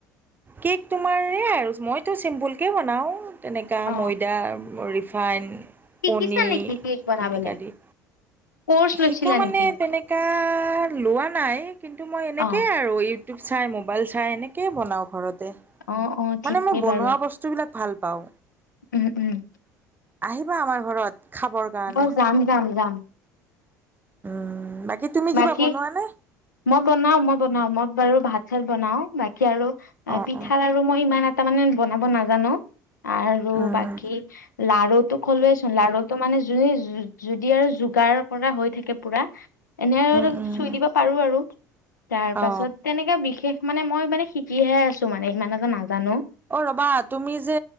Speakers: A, on the right; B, on the left.
A: কেক তোমাৰ আৰু মইতো চিম্পুল কে বনাও তেনেকোৱা
B: অ',
A: ময়দা ৰিফাইন
B: শিকিছা
A: কণী
B: নেকি কেক বনাবলে?
A: তেনেকা দি
B: কৰ্চ লৈছিলা
A: শিকা মানে
B: নেকি?
A: তেনেকা লোৱা নাই কিন্তু মই এনেকেই
B: অ',
A: আৰু ইউ টোক চাই মোৱাইল চাই এনেক বনাও ঘৰতে
B: অ', অ', ঠিকেই
A: মানে মই বন
B: বাৰু
A: বস্তুবিলাক ভাল পাওঁ।
B: উম উম
A: আহিবা আমাৰ ঘৰত। খাবৰ কাৰণে
B: ব যাম যাম যাম।
A: উম বাকী তুমি
B: বাকী
A: কিবা বনোৱা নে।
B: মই বনাও মই বনাও মই বাৰু ভাত চাত বনাও বাকী। আৰু
A: অ',
B: পিঠাৰ আৰু মই ইমান এটা মানে বনাব নাজানো। আৰু
A: অ', উম।
B: বাকী, লাৰুতটো খলোৱেচোন লাৰুটো মানে। য যদি আৰু যোগাৰ পৰা হৈ থাকে পুৰা, এনে
A: উম
B: অলপ
A: উম
B: চুই দিব। আৰু আৰু তাৰ পাছত
A: অ
B: তেনেকে। বিশেষ মানে মই মানে শিকিহে আছো মানে ইমান এটা নাজানো।
A: অ ৰবা তুমি যে